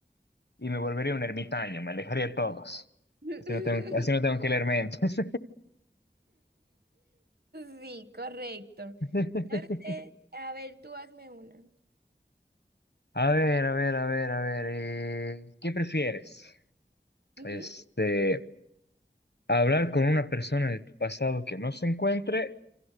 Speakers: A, on the left (about 65°); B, on the right (about 60°).
A: y me volvería un ermitaño, me alejaría de todos.
B: <laughs>
A: Así no tengo, así no tengo que leer mentes.
B: Sí, correcto.
A: <laughs>
B: Entonces, a ver, tú hazme una.
A: A ver, a ver, a ver, a ver. eh, ¿qué prefieres?
B: Ujú.
A: Este, hablar con una persona de tu pasado que no se encuentre